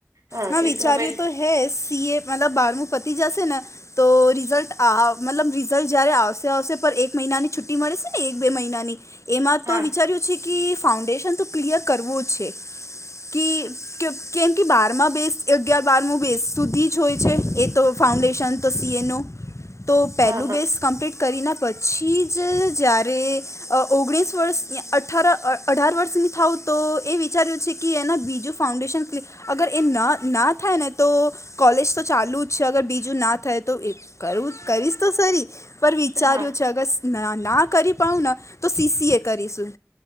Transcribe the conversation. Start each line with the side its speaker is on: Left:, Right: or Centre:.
Right: હા
Left: ના
Right: કે
Left: વિચાર્યું
Right: તમે
Left: તો હે સી એ મતલબ બારમું પતી જશે ને તો રિઝલ્ટ મતલબ રિઝલ્ટ જયારે આવશે આવશે પણ એક મહિનાની છુટ્ટી મળેશે ને એક બે મહિનાની એમાં તો
Right: હા
Left: વિચાર્યું ફાઉન્ડેશન તો ક્લિયર કરવું જ છે કેમ કે બ બ બે અગ્યાર બારમ બેસ સુધી જ હોય છે એ તો ફાઉન્ડેશન તો સીએન. તો પહેલું
Right: હા હા
Left: બેસ કમ્પ્લીટ કરીના પછી જ જ્યારે ઓગણીસ વર્ષ અઠારરા અઢાર વર્ષની થાવ તો એ વિચાર્યું છે કે એના બીજું ફાઉડેશન ક્લિ અગર એ ન ના થાય ને તો કોલેજ તો ચાલુ જ છે અગર બીજું ના થાય તો એ કરું કરીશ તો સારી પર વિચાર્યું
Right: હા
Left: છે અગર ના કરી પાાવ ને તો સીસી એ કરીશું.